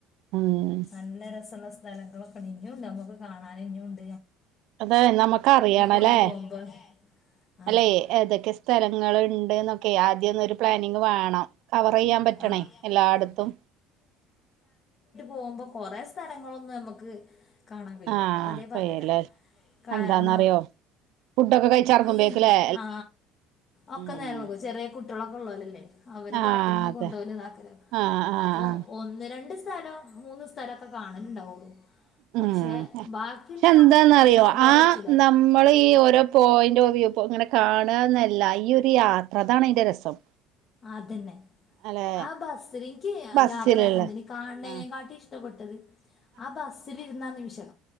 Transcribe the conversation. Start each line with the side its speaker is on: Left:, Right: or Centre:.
Right: ഉം
Left: നല്ല രസൊള്ള സ് സ്ഥലങ്ങളൊക്കെ ഇനിംണ്ട് നമുക്ക് കാണാൻ ഇനിംണ്ട്
Right: അത് നമുക്കറിയണല്ലേ
Left: കൊണ്ട് പോകുമ്പോൾ ആ
Right: അല്ലേ ഏതൊക്കെ സ്ഥലങ്ങളുണ്ടെന്നൊക്കെ ആദ്യം ഒരു പ്ലാനിങ് വേണം കവറ് ചെയ്യാൻ പറ്റണേ
Left: ആഹ്
Right: എല്ലാടത്തും
Left: ആഹ് പോവുമ്പോ കൊറേ സ്ഥലങ്ങളൊന്നും നമ്മുക്ക് കാണാൻ കഴീല്ലാട്ടോ
Right: ആ
Left: ആദ്യേ പറഞ്ഞു
Right: കയ്യല്ലേ
Left: തരാം കാരണം
Right: എന്താന്നറിയോ ഫുഡൊക്കെ കഴിച്ചിറങ്ങുമ്പേക്കല്ലേ
Left: ഈ ആ ഒക്കെ
Right: ഉം
Left: നേരെ നോക്കും ചെറിയ കുട്ടികള കൊള്ളാലോ ഇല്ലേ അവരെ
Right: ആ
Left: ബാത്റൂമ്
Right: അതെ
Left: കൊണ്ടുപോവലും ഇതാക്കലും
Right: ആ ആ
Left: അപ്പൊ
Right: ആ
Left: ഒന്ന് രണ്ട് സ് <unintelligible> മൂന്ന് സ്ഥലൊക്കെ കാണലുണ്ടാവുള്ളു
Right: ഉം
Left: പക്ഷെ
Right: പക്ഷെ
Left: ബാക്കിയുള്ള
Right: എന്താന്നറിയോ
Left: സമയങ്ങളും നമ്മ ബോറടിച്ചൂല
Right: ആ നമ്മള് ഈ ഓരോ പോയിന്റ് നോക്കിയിപ്പൊ ഇങ്ങനെ കാണാന്നല്ല ഈ ഈയൊരു യാത്ര അതാണ് അതിന്റെ രസം
Left: അതന്നെ
Right: അല്ലെ
Left: ആ ബസ്സിലെനിക്ക്
Right: ബസ്സിലുള്ള
Left: യാത്ര എന്തെയിനി കാണ്നെക്കാട്ടി
Right: ആ
Left: ഇഷ്ടപ്പെട്ടത് ആ ബസ്സിലിരുന്ന ആ നിമിഷാ